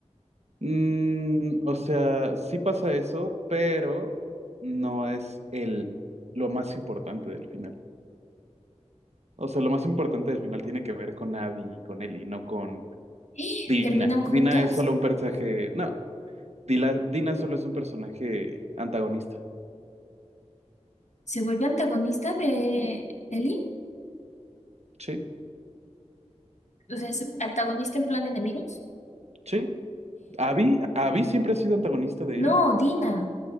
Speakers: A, on the right; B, on the left.
A: Mm, o sea, sí pasa eso, pero no es el lo más importante del final. O sea, lo más importante del final tiene que ver con Abby y con Ellie, no con
B: ¡Ah!
A: Dina.
B: ¿Terminan
A: Dina
B: juntas?
A: es solo un personaje. No, Dila- Dina solo es un personaje antagonista.
B: ¿Se vuelve antagonista de Ellie?
A: Sí,
B: O sea, ¿es antagonista en plan enemigos?
A: sí. Abby, Abby siempre ha sido antagonista de
B: No,
A: Ellie.
B: Dina.